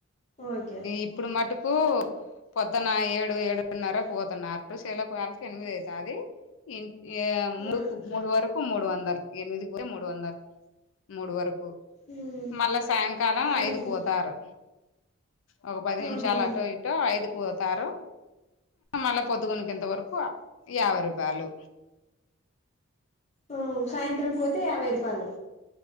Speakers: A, on the left; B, on the left.
A: ఓకే
B: ఇప్పుడు మటు కు పొద్దన ఏడు ఏడున్నరకు పోతన్నారు చేల్లకు పోయాళ్ళకి ఎనిమిది అయితాది. ఇంకే మూడుకు
A: ఆ
B: మూడు వరకు మూడు వందలు ఎనిమిది కూడా మూడు వందలు మూడు వరకు
A: మ్మ్
B: మళ్ళా సాయంకాల
A: మ్మ్
B: ఐదుకి పోతారు ఒక పది నిమిషాలు
A: ఆహా
B: అట్ ఇంకా ఐదుకి పోతారు మళ్ళా పొద్దుగునుకింత వరకు యాభై రూపాయలు.
A: ఉ సాయంత్రం పోతే యాభై రూపాయలు.